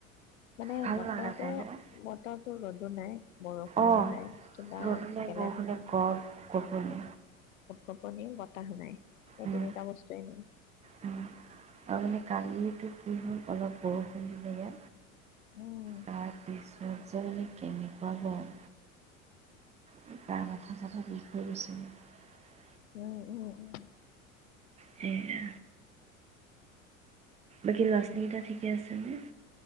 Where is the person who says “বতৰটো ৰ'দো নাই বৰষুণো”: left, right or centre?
Left